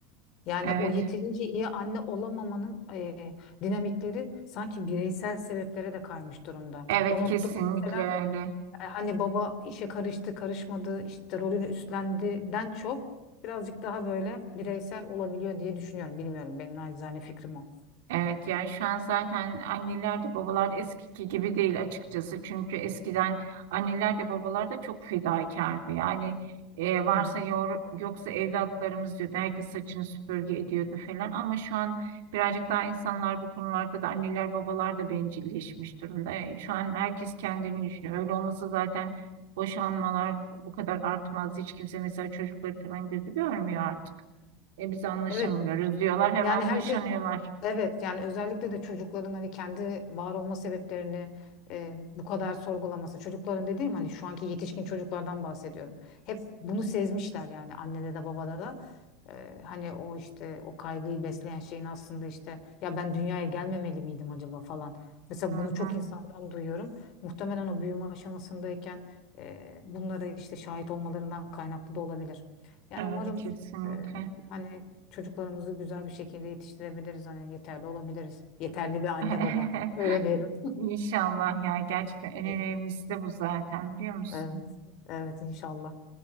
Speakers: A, on the left; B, on the right.
A: Yani
B: evet,
A: o yeterince iyi anne olamamanın eee, dinamikleri sanki bireysel sebeplere de kaymış durumda.
B: evet
A: O noktada
B: kesinlikle
A: mesela
B: öyle.
A: e, Hani baba işe karıştı, karışmadı, işte rolünü üstlendiden çok birazcık daha böyle bireysel olabiliyor diye düşünüyorum. Bilmiyorum benim naçizane fikrim o.
B: Evet yani şu an zaten anneler de babalar da eskiki gibi değil açıkçası. Çünkü eskiden anneler de babalar da çok fedakardı. Yani e, varsa
A: Hı hı.
B: yor, yoksa evlatlarımız diyordu. Herkes saçını süpürge ediyordu falan. Ama şu an birazcık daha insanlar bu konularda da anneler babalar da bencilleşmiş durumda. E, Şu an herkes kendini düşünüyor. Öyle olmasa zaten boşanmalar bu kadar artmaz. Hiç kimse mesela çocukları falan gözü görmüyor artık. E, biz anlaşamıyoruz
A: Evet
B: diyorlar hemen
A: yani herkes
B: boşanıyorlar.
A: Evet yani özellikle de çocukların hani kendi var olma sebeplerini e, bu kadar sorgulaması. Çocukların dediğim hani şu anki yetişkin çocuklardan bahsediyorum. Hep bunu sezmişler yani annede de babada da. E, hani o işte o kaygıyı besleyen şeyin aslında işte ya ben dünyaya gelmemeli miydim acaba falan. Mesela
B: Hı
A: bunu çok
B: hı.
A: insandan duyuyorum. Muhtemelen o büyüme aşamasındayken e, bunlara işte şahit olmalarından kaynaklı da olabilir. Yani
B: Evet
A: umarım
B: kesinlikle.
A: e, hani çocuklarımızı güzel bir şekilde yetiştirebiliriz. Hani yeterli olabiliriz. Yeterli bir anne
B: <laughs>
A: baba. Öyle diyelim.
B: İnşallah ya gerçekten en
A: İyi.
B: önemlisi de bu zaten biliyor musun?
A: Evet. Evet inşallah.